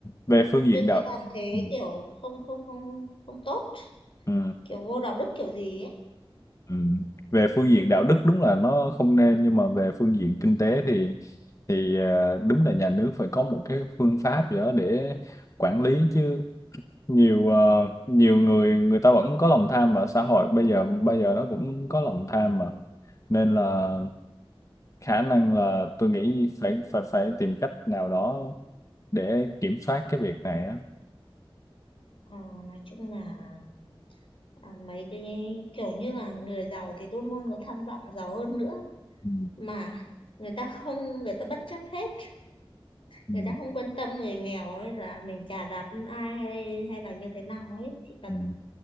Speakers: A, on the left; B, on the left.
A: về phương diện
B: tôi thấy
A: đạo
B: làm thế
A: ừ.
B: kiểu không không không không tốt
A: ừ.
B: kiểu vô đạo đức kiểu gì ấy
A: Ừ. Về phương diện đạo đức đúng là nó không nên nhưng mà về phương diện kinh tế thì thì à, đúng là nhà nước phải có một cái phương pháp gì đó để quản lý chứ nhiều ờ, nhiều người người ta vẫn có lòng tham mà xã hội bây giờ bây giờ nó cũng có lòng tham mà nên là khả năng là tôi nghĩ phải phải phải tìm cách nào đó để kiểm soát cái việc này á.
B: Ờ, nói chung là à, mấy cái kiểu như là người giàu thì luôn luôn có tham vọng giàu hơn nữa
A: Ừ.
B: mà người ta không người ta bất chấp hết
A: Ừ.
B: người ta không quan tâm người nghèo ấy là mình chà đạp lên ai hay hay là như thế nào ấy chỉ cần
A: Ừ.